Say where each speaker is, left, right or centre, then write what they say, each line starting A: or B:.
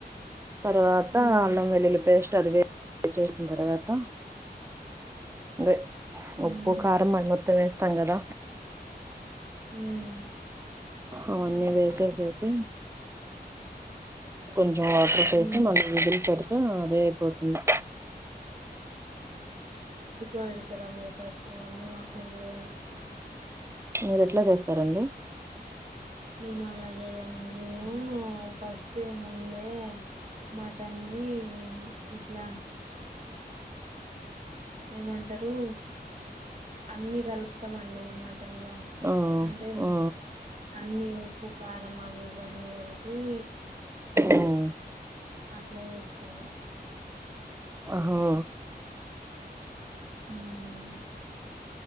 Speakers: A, on the right; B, on the right.
A: తర్వాత
B: ఉమ్
A: అల్లం వెల్లుల్లి పేస్ అది వేడి చేసిన తర్వాత అదే
B: ఉమ్
A: ఉప్పు కారం మన్ని త్తం స్తం గద
B: హుమ్మ్
A: అవన్నీ వేకె చూసి కొం వాటర్ వేసి
B: ఉమ్
A: మళ్ళీ విజిల్ పెట్ ఆహ్ అదేపోతుంది
B: వేడుతరా మీరు ఫస్ట్ మమ్మీ మాట్లా చేయ
A: మీరేట్ల చేస్తారండి
B: మేం అలా జెయ్యం యూ మేము ఫస్టే ముందే మటన్ని ఇట్లా ఏమంటారు అన్ని కలుపుతామండి మం ల్లా
A: ఆ
B: అంటే
A: ఆ
B: అన్ని ఉప్పు కారమనీ బాన్ గల్ వీ
A: ఉమ్
B: అట్లా ఏస్తాను
A: ఆహో
B: హుమ్మ్